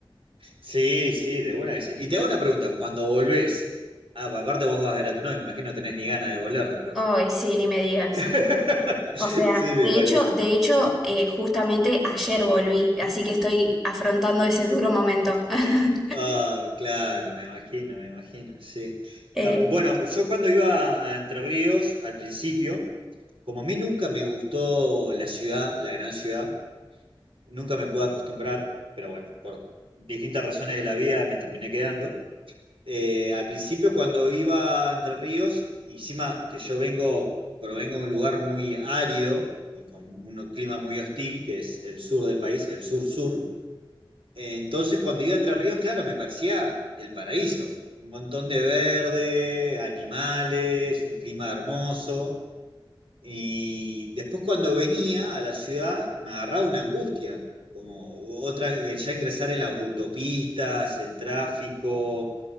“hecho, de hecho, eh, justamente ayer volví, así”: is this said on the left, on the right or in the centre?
Centre